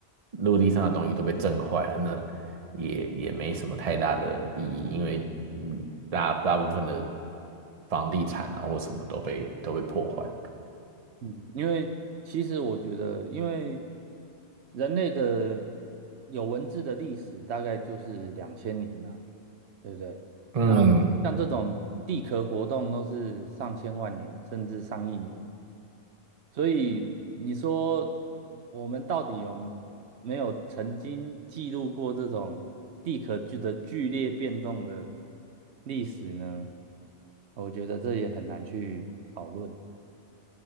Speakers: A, on the right; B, on the right.
A: 陆地上的东西都被震坏了，那也也没什么太大的意义，因为嗯大大部分的房地产啊或什么都被都被破坏了。
B: 嗯，因为其实我觉得，因为人类的有文字的历史大概就是两千年呐、对不对？
A: 嗯，
B: 那像这种地壳活动都是上千万年甚至上亿年，所以你说我们到底有没有曾经记录过这种地壳剧的剧烈变动的历史呢？我觉得这也很难去讨论。